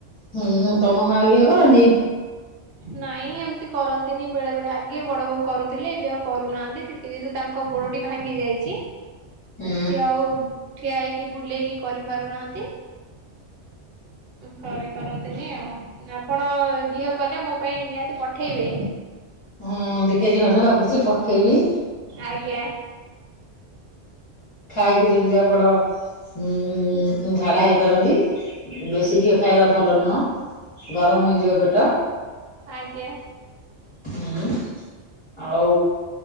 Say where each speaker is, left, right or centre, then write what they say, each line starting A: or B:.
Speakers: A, on the left (about 30°); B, on the right (about 60°).
A: ହୁଁ। ତମ ମା ଘିଅ କରନ୍ତି?
B: ନାଇଁ ଏମିତି କରନ୍ତିନି। ବେଳେ ବେଳେ ଆଗେ ବଡ଼ ବୋଉ କରୁଥିଲେ। ଏବେ ଆଉ କରୁନାହାନ୍ତି। କିଏ ଯଦି ତାଙ୍କୁ ଙ୍କ ଗୋଡଟି ଭାଙ୍ଗି ଯାଇଛି।
A: ହୁଁ
B: ସିଏ ଆଉ ଠିଆ ହେଇ କି ବୁଲେଇକି କରି ପାରୁନାହାନ୍ତି। କରିପାରନ୍ତିନି ଆଉ। ଆପଣ ଘିଅ କଲେ ମୋ ପାଇଁ ନିହାତି ପଠେଇବେ।
A: ହଁ। ଦି କେଜି ଖଣ୍ଡେ ଭାବୁଛି ପଠେଇବି।
B: ଆଜ୍ଞା।
A: ଖାଇକି ଯେମିତି ଆପଣ ଉଁ-ଉଁ-ଝାଡା ହେଇପାରନ୍ତି। ବେଶୀ ଘିଅ ଖାଇବା ଭଲ ନୁହଁ। ଗରମ ହେଇଯିବ ପେଟ।
B: ଆଜ୍ଞା।
A: ହୁଁ। ଆଉ